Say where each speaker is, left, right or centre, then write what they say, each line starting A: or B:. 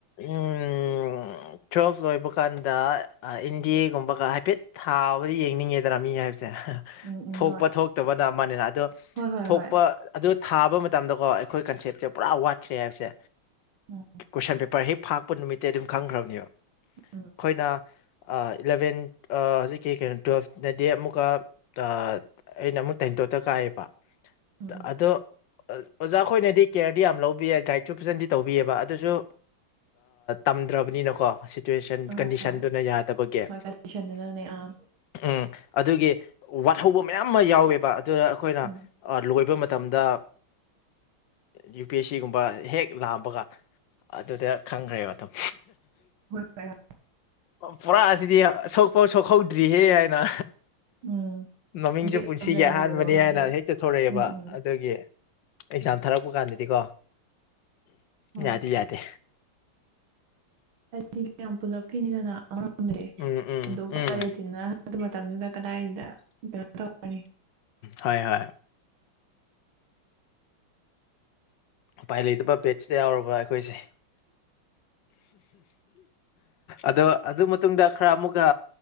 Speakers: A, on the left; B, on the right.
A: ꯎ ꯇꯨꯋꯦꯜꯐ ꯂꯣꯏꯕ ꯀꯥꯟꯗ ꯏꯟꯗꯤ ꯑꯦꯒꯨꯝꯕꯒ ꯍꯥꯏꯐꯦꯠ ꯊꯥꯕꯨꯗꯤ ꯌꯦꯡꯅꯤꯡꯉꯦꯗꯅꯥ ꯃꯤ ꯍꯥꯏꯕꯁꯦ
B: ꯎꯝ ꯎꯝ
A: ꯊꯣꯛꯄ
B: ꯍꯣꯏ
A: ꯊꯣꯛꯇꯕꯅ ꯑꯃꯅꯤꯅ ꯑꯗꯣ
B: ꯍꯣꯏ ꯍꯣꯏ
A: ꯊꯣꯛꯄ
B: ꯍꯣꯏ
A: ꯑꯗꯨ ꯊꯥꯕ ꯃꯇꯝꯗꯀꯣ ꯑꯩꯈꯣꯏ ꯀꯟꯁꯦꯞꯁꯦ ꯄꯨꯔꯥ ꯋꯥꯠꯈ꯭ꯔꯦ ꯍꯥꯏꯕꯁꯦ
B: ꯎꯝ
A: ꯀꯣꯏꯁꯟ ꯄꯦ ꯄꯔ ꯍꯦꯛ ꯐꯥꯛꯄ ꯅꯨꯃꯤꯠꯇꯤ ꯑꯗꯨꯝ ꯈꯪꯈ꯭ꯔꯕꯅꯦꯕ ꯑꯩꯈꯣꯏꯅ
B: ꯎꯝ ꯎꯝ
A: ꯏꯂꯕꯦꯟ ꯍꯧꯖꯤꯛꯀꯤ ꯀꯩꯅꯣ ꯇꯨꯋꯦꯜꯐꯅꯗꯤ ꯑꯃꯨꯛꯀ ꯑꯩꯅ ꯑꯃꯨꯛ ꯇꯩꯇꯣꯇ ꯀꯥꯏꯑꯦꯕ
B: ꯎꯝ
A: ꯑꯗꯣ ꯑꯣꯖꯥ ꯈꯣꯏꯅꯗꯤ ꯀꯦꯌꯔ ꯌꯥꯝ ꯂꯧꯕꯤ ꯒꯥꯏꯗꯁꯨ ꯐꯖꯅꯗꯤ ꯇꯧꯕꯤꯑꯕ ꯑꯗꯨꯁꯨ ꯇꯝꯗ꯭ꯔꯕꯅꯤꯅꯀꯣ ꯆꯨꯋꯦꯁꯟ
B: ꯍꯣꯏ
A: ꯀꯟꯗꯤꯁꯟꯗꯨꯅ
B: ꯍꯣꯏ
A: ꯌꯥꯗꯕꯒꯤ
B: ꯍꯣꯏ ꯀꯟꯗꯤꯁꯟꯗꯨꯅꯅꯦ ꯑꯥ
A: ꯎꯝ ꯑꯗꯨꯒꯤ ꯋꯥꯠꯍꯧꯕ ꯃꯌꯥꯝ ꯑꯃ ꯌꯥꯎꯋꯦꯕ ꯑꯗꯨꯗ ꯑꯩꯈꯣꯏꯅ
B: ꯎꯝ
A: ꯂꯣꯏꯕ ꯃꯇꯝꯗ ꯌꯨ ꯄꯤ ꯑꯦꯁ ꯁꯤꯒꯨꯝꯕ ꯍꯦꯛ ꯂꯥꯛꯑꯝꯕꯒ ꯑꯗꯨꯗ ꯈꯪꯈ꯭ꯔꯦ ꯃꯇꯝ
B: ꯍꯣꯏ ꯍꯣꯏ ꯍꯣꯏ
A: ꯄꯨꯔꯥ ꯑꯁꯤꯗꯤ ꯑꯁꯣꯛꯄꯥꯎ ꯁꯣꯛꯍꯧꯗ꯭ꯔꯤꯍꯦ ꯍꯥꯏꯅ
B: ꯎꯝ
A: ꯃꯃꯤꯡꯁꯨ
B: ꯒꯦꯞ
A: ꯄꯨꯟꯁꯤꯒꯤ
B: ꯌꯥꯝ ꯂꯩꯈꯤꯕꯗꯣ
A: ꯑꯍꯥꯟꯕꯅꯤ
B: ꯍꯥꯏꯗꯤ
A: ꯍꯥꯏꯅ ꯍꯦꯛꯇ ꯊꯣꯔꯛꯑꯦꯕ
B: ꯎꯝ ꯎꯝ
A: ꯑꯗꯨꯒꯤ ꯑꯦꯛꯖꯥꯝ ꯊꯥꯔꯛꯄ ꯀꯥꯟꯗꯗꯤꯀꯣ
B: ꯍꯣꯏ
A: ꯌꯥꯗꯤꯦ ꯌꯥꯗꯦ
B: ꯃꯤ ꯌꯥꯝ ꯄꯨꯂꯞ ꯀꯅꯤꯗꯅ <unintelligible>
A: ꯎꯝ ꯎꯝ
B: ꯑꯗꯨ ꯎꯄꯥꯥꯏ
A: ꯎꯝ
B: ꯂꯩꯇꯦ ꯉꯔꯥꯡ ꯑꯗꯨ ꯃꯇꯝꯗꯨꯗ ꯀꯗꯥꯏꯗ ꯀꯩꯅꯣ ꯇꯧꯔꯅꯤ
A: ꯍꯣꯏ ꯍꯣꯏ ꯎꯄꯥꯏ ꯂꯩꯇꯕ ꯕꯦꯠꯁꯇ ꯌꯥꯎꯔꯕ꯭ꯔ ꯑꯩꯈꯣꯏꯁꯦ ꯑꯗꯣ ꯑꯗꯨ ꯃꯇꯨꯡꯗ ꯈꯔ ꯑꯃꯨꯛꯀ